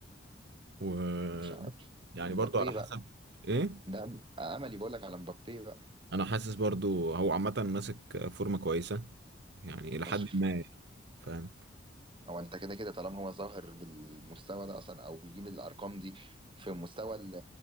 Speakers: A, on the right; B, on the right.
A: و
B: مش عارف
A: يعني
B: مبابي
A: برضو على حسب
B: بقى
A: ايه
B: ده املي بقول لك على مبابي بقى
A: انا حاسس برضو هو عامة ماسك فورمة كويسة يعني الى
B: فشخ
A: حد ما يعني، فاهم
B: هو انت كده كده طالما هو ظاهر بالمستوى ده اصلا او بيجيب الارقام دي في مستوى ال-